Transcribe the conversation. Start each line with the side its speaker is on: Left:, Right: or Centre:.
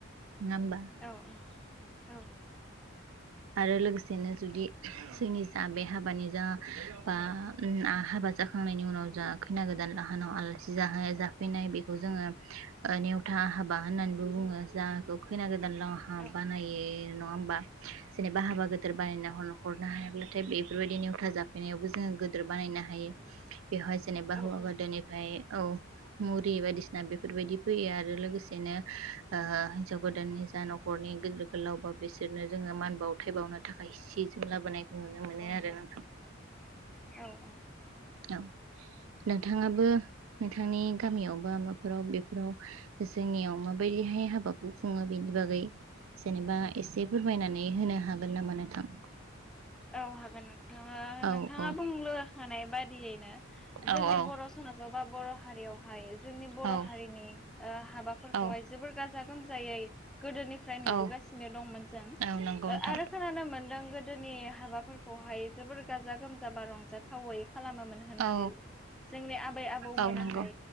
Right: नङा होमबा
Centre: औ औ औ
Right: आरो लोगोसेनो जुदि जोंनि जा बे हाबानि जा बा जाखांनायनि उनाव जा खैना गोदान लाहानाव आलासि जाहोयो नाय बेखौ जोङो नेवथा हाबा होननानैबो बुंङो जाखौ खै दानहा
Centre: औ
Right: बानायो नंङा होमबा जेनेब बा हाबा गोदोर बानायना हरनो हायाब्लाथाय बेफोरबायदि नेवथा जाफैनायावबो जोङो गिदोर बानायनो हायो बेवहाय जेनेबा
Centre: औ
Right: हौवा
Centre: औ
Right: गोदोनिफ्राय औ मुरि बायदिसिना बेफोरबायदि फैयो आरो लोगोसेनो हिन्जाव गोदाननि जा न'खरनि गिदिर गोलाव बा बिसोरनो जोङो मान बाउथाय बाउनो थाखाय सि जोम लाबोनाय नुनो मोनो आरो
Centre: औ
Right: नोंथां
Centre: औ
Right: औ नोंथाङाबो नोंथांनि गामियावबो माबाफोराव बेफोराव जोंनियाव माबायदि हाय हाबाखौ खुङो बेनि बागै जेनेबा एसे फोरमायनानै होनो हागोन नामा नोंथां?
Centre: औ हा नोंथाङा
Right: औ
Centre: नोंथाङा
Right: औ
Centre: बुंनो होनाय बादियैनो जोंनि
Right: औ औ
Centre: बर' समाजाव बा बर' हारियावहाय जोंनि बर'
Right: औ
Centre: हारिनि हाबाफोरखौहाय
Right: औ
Centre: जोबोर गाजा गोमजायै गोदोनिफ्राय नुबोगासिनो
Right: औ
Centre: दंमोन जों
Right: औ नंगौ नोंथां
Centre: आरो खोनानो मोनदों गोदोनि फोरखौहाय जोबोर गाजा गोमजा बा रंजाथावै खालामोमोन होननानै।
Right: औ
Centre: जोंनि आबै आबौमोनाहाय
Right: औ नंगौ